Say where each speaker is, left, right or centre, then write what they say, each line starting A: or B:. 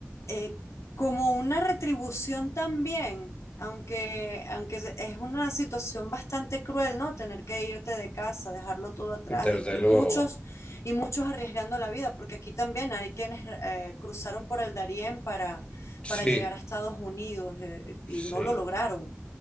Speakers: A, on the left; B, on the left.
A: eh, como una retribución también, aunque, aunque se- es una situación bastante cruel, ¿no? Tener que irte de casa, dejarlo todo atrás
B: desde
A: y, y
B: luego.
A: muchos, y muchos arriesgando la vida, porque aquí también hay quienes eh, cruzaron por el Darién para
B: Sí,
A: para llegar a Estados Unidos eh,
B: sí.
A: y no lo lograron.